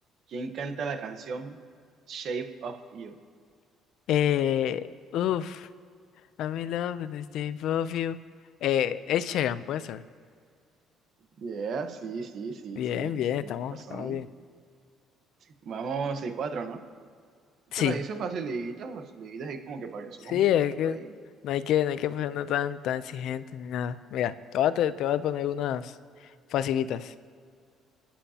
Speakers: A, on the right (about 50°); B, on the left (about 65°).
A: ¿Quién canta la canción Shape of You?
B: Eh, uf. I'm in love with the shape of you. Eh, Ed Sheeran, puede ser.
A: Yeah, sí, sí, sí,
B: Bien,
A: sí, tienes
B: bien, estamos,
A: mucha razón.
B: estamos bien.
A: Vamos, 6 cuatro ¿no?
B: Sí.
A: Te las hice facilitas, facilitas, ahí como que para que subas
B: Sí,
A: un
B: es
A: putico
B: que
A: ahí.
B: no hay que, no hay que ponernos tan, tan exigentes ni nada. Mira, te voy a, te, te voy a poner unas facilitas.